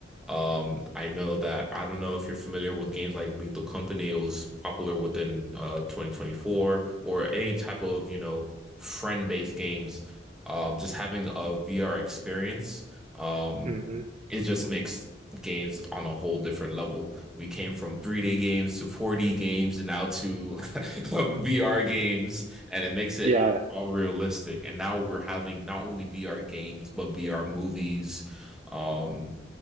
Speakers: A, in the centre; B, on the right.
A: Um, I know that I don't know if you're familiar with games like Lethal Company. It was popular within uh 2024 or any type of, you know, friend-based games. Um, just having a VR experience, um,
B: hmm
A: it just makes games on a whole different level. We came from 3D games to 4D games and now to <laughs> um, VR games, and it makes it
B: <laughs> Yeah.
A: all realistic. And now we're having not only VR games, but VR movies. Um,